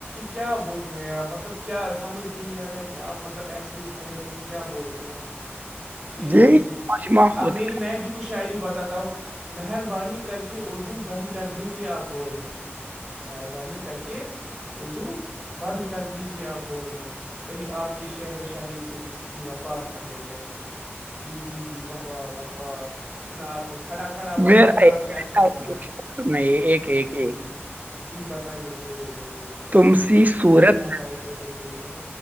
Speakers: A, in the centre; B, on the right.
A: کیا بول رہے ہیں آپ مطلب کیا سمجھ بھی نہیں آ رہا ہے کہ آپ مطلب ایسیے کھڑے کھڑے کیا بول رہے ہیں جی جی
B: یہی
A: جی
B: مجمع ہوتا
A: اب میری میں بھی کچ شاعری بتاتا ہوں مہربانی کر کے اردو بند کر دیجیے آپ بولنا مہربانی کر کے اردو بند کر دیجیے آپ بولنا کہیں آپ کے شعر و شاعری سے سے کسی کی وفات نہ ہو جائے جی جی جی واہ واہ واہ واہ سنا آپ نے کھڑا کھڑا بنایا
B: میرا
A: مگر
B: ایک
A: آپ سے اچھا
B: ایسا دوست
A: بنایا
B: نہیں ایک ایک ایک
A: جی جی بتائیے ضرور ضرور ارشاد
B: تم
A: فرمائیے
B: سی صورت
A: چلیے موقع ایک ریککھ دیتے ہیں